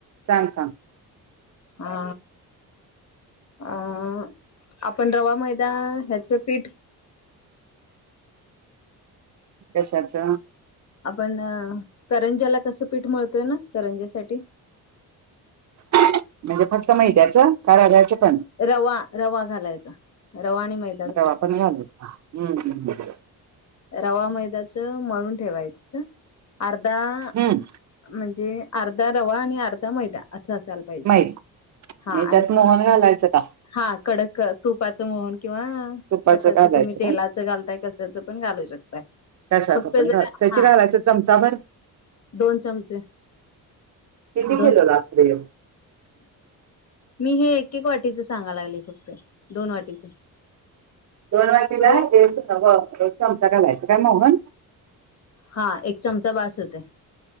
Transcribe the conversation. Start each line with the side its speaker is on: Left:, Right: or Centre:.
Right: सांग सांग
Left: हा अ आपण रवा मैदा ह्याचं पीठ
Right: कशाचं
Left: आपण करंजाला कसं पीठ मिळतोय ना करंज्यासाठी
Right: म्हणजे फक्त मेद्याचं काय रव्याचं पण
Left: रवा रवा घालायचा रवा आणि माहि
Right: रवा पण घालू हम
Left: रवा मैदाचं मळून ठेवायच अर्धा
Right: हम्म
Left: म्हणजे अर्धा रवा आणि अर्धा मैदा असं असायला पाहिजे
Right: मैदा
Left: हा आणि
Right: त्यात मोहन घालायचं का
Left: हा कडक तुपाचं मळून किंवा
Right: तुपाचं
Left: कशाचं
Right: घालायचं
Left: तुम्ही तेलाचं
Right: का?
Left: घालताय कशाचं पण घालू शकताय
Right: कशात
Left: फक्त
Right: पण
Left: जर
Right: त्याची
Left: हा
Right: घालायचं चमचा भर
Left: दोन चमचे
Right: किती
Left: दोन
Right: किलो लागतय
Left: मी हे एक एक वाटीच सांगा लागले फक्त दोन वाटीचं
Right: दोन वाटीला
Left: तो
Right: एक चमचा घालायचं का मोहन
Left: हा एक चमचा बास होतेय